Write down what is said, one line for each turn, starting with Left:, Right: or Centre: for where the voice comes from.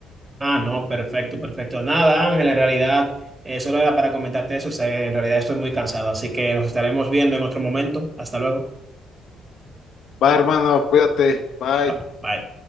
Right: Ah, no, perfecto, perfecto. Nada, Ángel, en realidad eh, solo era para comentarte eso. o sea, en realidad estoy muy cansado, así que nos estaremos viendo en otro momento. Hasta luego.
Left: Va, hermano, cuídate. Bye.
Right: Ba- Bye.